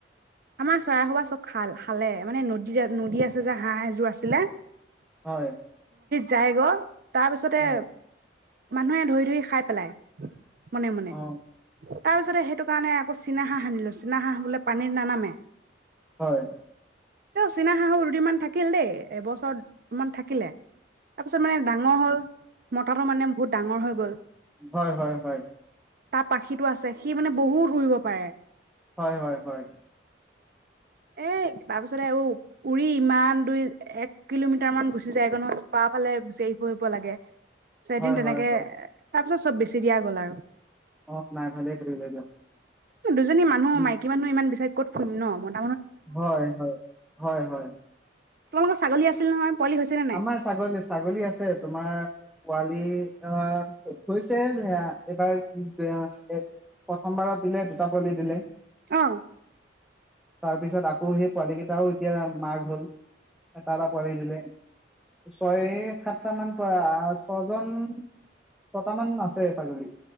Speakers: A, on the right (about 50°); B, in the centre.
A: আমাৰ চৰাইসবা চব খাল-খালে মানে নদী-নদী আছে যে হাঁহ এযোৰ আছিলে,
B: হয়
A: যায়গৈ তাৰপিছতে
B: হয়
A: মানুহে ধৰি-ধৰি খাই পেলাই। মনে-মনে,
B: অ
A: তাৰপিছতে সেইটো কাৰণে আকৌ চীনা হাঁ হ আনিলো, চীনা হাঁহ বোলে পানীৰ নানামে
B: হয়
A: চীনা শাহু ৰুটিমান থাকিল দেই, এবছৰ মমান থাকিলে। তাৰপিছত মানে ডাঙৰ হ'ল, মতাটো মানে বহুত ডাঙৰ হৈ গ'ল
B: হয়-হয়-হয়
A: তাৰ পাখিতো আছে সি মানে বহুত উৰিব পাৰে।
B: হয় হয় হয়
A: এ তাৰপিছতে আৰু, উৰি ইমান দুই এক কিলোমিটাৰ মান গুচি যায়গৈ নহয়, <unintelligible> পা ফালে বিচাৰি ফুৰিব লাগে। তাৰপিছত
B: হয়-হয়-হয়
A: এদিন তেনেকে চব বেছি দিয়া গ'ল আৰু।
B: অ নাই ভালেই তৰিলে দিয়ক।
A: দুজনী মানুহ,
B: উম
A: মাইকী মানুহ ইমান বিচাৰ ক'ত ফুম ন ম
B: হয় হয় হয় হয়
A: তোমালোকৰ ছাগলী আছিল নহয় পোৱালি হৈছে নে নাই?
B: আমাৰ ছাগলী ছাগলী আছে তোমাৰ পোৱালি আহ হৈছে এইবাৰ প্ৰথমবাৰত দিলে দুটা পোৱলি দিলে
A: অ
B: তাৰ পিছত আকৌ সেই পোৱালী কেইটাও এতিয়া মাৰঘ হ'ল তাৰা প দিলে ছয় সাতটা মান পোৱা ছয়জন ছয়ট মান আছে ছাগলী